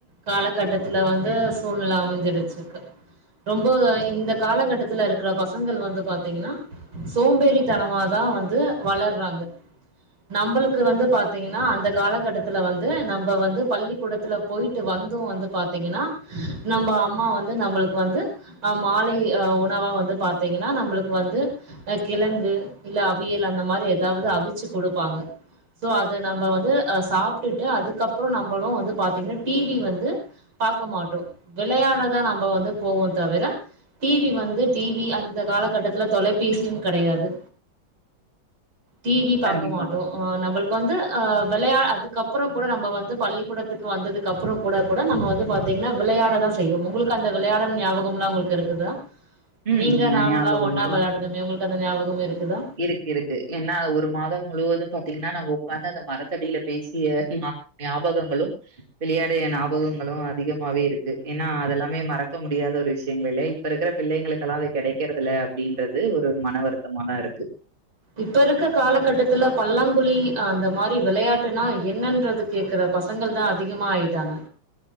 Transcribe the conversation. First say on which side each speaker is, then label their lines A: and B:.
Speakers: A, on the right (about 85°); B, on the right (about 25°).
A: காலகட்டத்துல வந்து சூழ்நிலை அமைஞ்சிருச்சுக்கு ரொம்ப இந்த காலகட்டத்துல இருக்கிற பசங்கள் வந்து பாத்திங்கனா சோம்பேறித்தனமாதா வந்து வளர்றாங்க நம்பளுக்கு வந்து பாத்திங்கனா அந்த காலகட்டத்துல வந்து நம்ப வந்து பள்ளிக்கூடத்துல போயி ட்டு வந்தும் வந்து பாத்திங்கனா நம்ப அம்மா வந்து நம்மளுக்கு வந்து அ மாலை அ உணவா வந்து பாத்திங்கனா நம்பளுக்கு வந்து கிழங்கு இல்ல அவியல் அந்த மாரி ஏதாவுது அவிச்சு குடுப்பாங்க சோ அத நம்ம வந்து அ சாப்ட்டுட்டு அதுக்கப்புற நம்மளு வந்து பாத்திங்கனா டி வி வந்து பாக்க மாட்டோ வெளையாடதா நம்ப வந்து போவோ தவிர டி வி வந்து டி வி அந்த காலகட்டத்துல தொலைபேசியும் கெடையாது டி வி பாக்க
B: கண்டிப்பா.
A: மாட்டோ ஆ நம்மளுக்கு வந்து அ வெளையா அதுக்கப்புற கூட நம்ப வந்து பள்ளிக்கூடத்துக்கு வந்ததுக் கப்ற கூட கூட நம்ம வந்து பாத்திங்னா விளையாடதா செய்வோ உங்களுக்கு அந்த விளையாடல் ஞாபகம்லா உங்களுக்கு இருக்குதா
B: ம்
A: நீங்க நானெல்லா
B: ஞாபகங்கள்
A: ஒன்னா விளையாடணமே உங்களுக்கு அந்த ஞாபகம் இருக்குதா
B: இருக்கு இருக்கு ஏன்னா ஒரு மாதம் முழுவதும் பாத்திங்கனா நம்ம உக்காந்து அந்த மரத்தடியில பேசிய ஞா ஞாபகங்களும் விளையாடிய ஞாபகங்களு அதிகமாவே இருக்கு ஏன்னா அதெல்லாமே மறக்க முடியாத ஒரு விஷயங்கள் இல்லை இப்ப இருக்கிற பிள்ளைகளுக்கெல்லா அது கெடைக்கறதில அப்டின்றது ஒரு மன வருத்தமாதா இருக்கு
A: இப்ப இருக்க காலகட்டத்துல பல்லாங்குழி அந்த மாரி விளையாட்டுன்னா என்னன்றது கேக்குற பசங்கள்தா அதிகமா ஆயிட்டாங்க